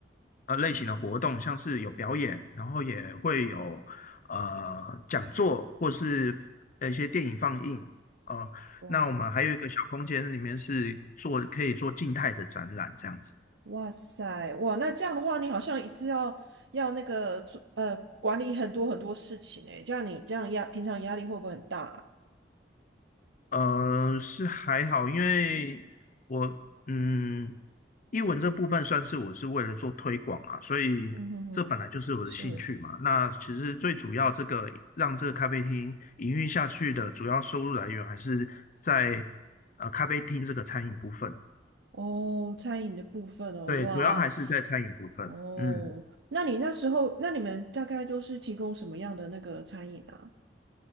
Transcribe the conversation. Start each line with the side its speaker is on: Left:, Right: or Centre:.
Left: 呃类型的活动，像是有表演，然后也会有呃讲座或是呃一些电影放映。哦，
Right: 哇
Left: 那我们还有一个小空间，里面是做可以做静态的展览这样子。
Right: 哇塞，哇，那这样的话，你好像一次要要那个做呃管理很多很多事情诶，这样你这样压平常压力会不会很大啊
Left: 呃，是还好，因为我嗯，英文这部分算是我是为了做推广啊，所以这本来就是我的兴趣嘛。
Right: 嗯哼哼，是
Left: 那其实最主要这个让这个咖啡厅营运下去的主要收入来源还是在呃咖啡厅这个餐饮部分，
Right: 哦，餐饮的部分哦，
Left: 对，
Right: 哇
Left: 主要还是在餐饮部分，
Right: 哦，
Left: 嗯。
Right: 那你那时候那你们大概都是提供什么样的那个餐饮啊？